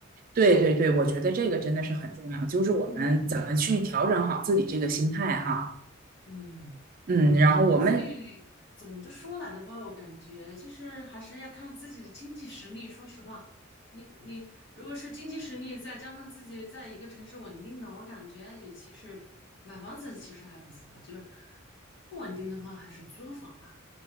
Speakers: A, on the right (about 45°); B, on the left (about 60°).
A: 对对对，我觉得这个真的是很重要，就是我们怎么去调整好自己这个心态哈。
B: 嗯嗯。
A: 嗯，然后我们
B: 对，所以总的说来的话，我感觉就是还是要看自己的经济实力。说实话，你你如果是经济实力再加上自己在一个城市稳定的，我感觉也其实买房子其实还不错，就是不稳定的话还是租房吧。